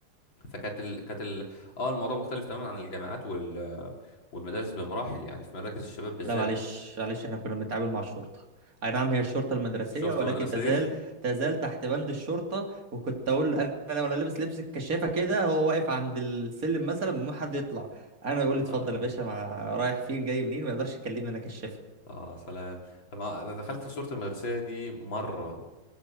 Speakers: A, on the left; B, on the right.
A: فكانت ال... كانت ال... اه الموضوع مختلف تماما عن الجامعات وال... والمدارس بمراحل يعني في مراكز الشباب بالذات
B: لا معلش معلش احنا كنا بنتعامل مع الشرطة اي نعم هي الشرطة المدرسية
A: شرطه
B: ولكن
A: مدرسيه
B: تزال
A: <laughs>
B: تزال تحت بند الشرطة وكنت اقول انا لو انا لابس لبس الكشافة كده هو واقف عند السلم مثلا ما حد يطلع انا يقول لي اتفضل
A: اه
B: يا باشا مع رايح فين جاي منين ما يقدرش يكلمني انا كشافة
A: اه سلام انا انا دخلت صورة المدرسية دي مرة